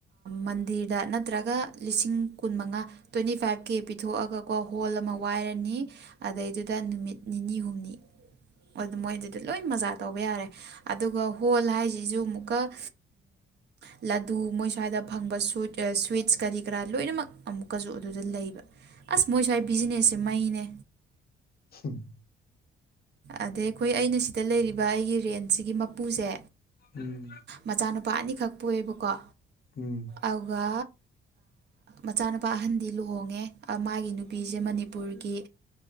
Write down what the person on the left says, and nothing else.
ꯎꯝ
ꯎꯝ
ꯎꯝ